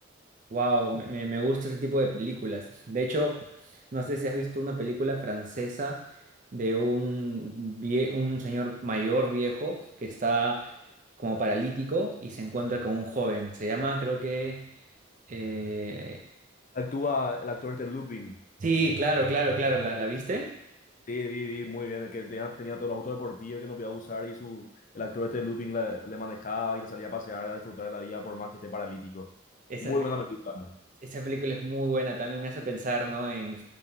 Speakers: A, on the right; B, on the left.
A: Wow, me, me- me gusta ese tipo de películas. De hecho, no sé si has visto una película francesa de un, vie- un señor mayor viejo que está como paralítico y se encuentra con un joven. Se llama, creo que... eh,
B: Actúa el actor este Lupin.
A: Sí, claro, claro, claro, ¿la, la viste?
B: Sí, vi, vi muy bien, que él tenía, tenía todos los autos deportivos que no podía usar y su, el actor este Lupin le, le manejaba y le salía a pasear, a disfrutar de la vida por más que esté paralítico.
A: Esa,
B: Muy
A: pe-
B: buena película.
A: esa película es muy buena, también me hace pensar, ¿no? En,